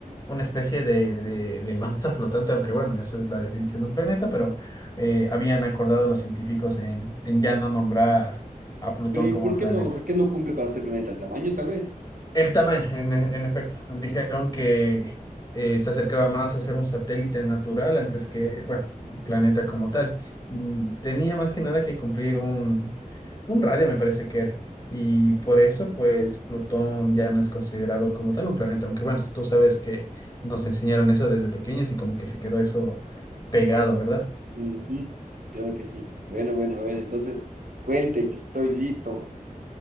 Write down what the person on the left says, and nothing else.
una especie de, de, de masa flotante, aunque bueno, esa es la definición de un planeta, pero eh, habían acordado los científicos en, en ya no nombrar a Plutón
como
planeta.
El tamaño, en, e- en efecto. Dijeron que eh, se acercaba más a ser un satélite natural antes que, bueno, un planeta como tal. Mm, Tenía más que nada que cumplir un, un radio, me parece que era. Y por eso, pues, Plutón ya no es considerado como tal un planeta. Aunque, bueno, tú sabes que nos enseñaron eso desde pequeños y como que se quedó eso pegado, ¿verdad?